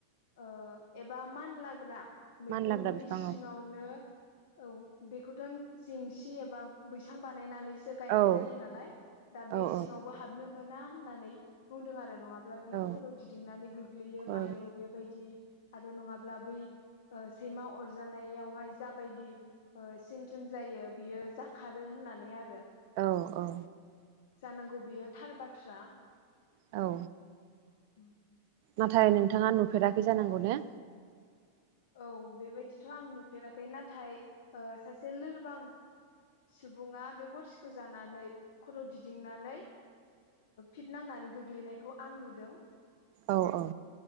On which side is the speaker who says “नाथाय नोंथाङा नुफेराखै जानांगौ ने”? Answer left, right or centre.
Right